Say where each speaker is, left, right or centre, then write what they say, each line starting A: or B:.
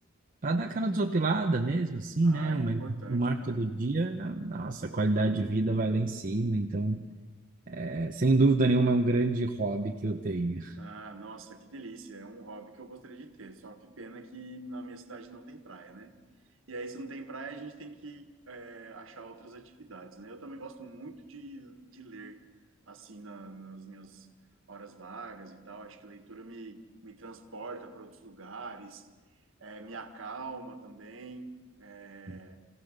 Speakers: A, on the right (about 40°); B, on the right (about 75°).
A: para dar aquela desopilada mesmo, assim,
B: Ah,
A: né?
B: é
A: Uma,
B: importante,
A: no mar
B: cara.
A: todo dia, nossa, a qualidade de vida vai lá em cima. Então, é, sem dúvida nenhuma, é um grande hobby que eu tenho.
B: Ah, nossa, que delícia. É um hobby que eu gostaria de ter. Só que pena que na minha cidade não tem praia, né? E aí, se não tem praia, a gente tem que é, achar outras atividades, né? Eu também gosto muito de, de ler, assim, na- nas minhas horas vagas e tal. Acho que a leitura me, me transporta para outros lugares, é, me acalma também. eh,
A: <laughs>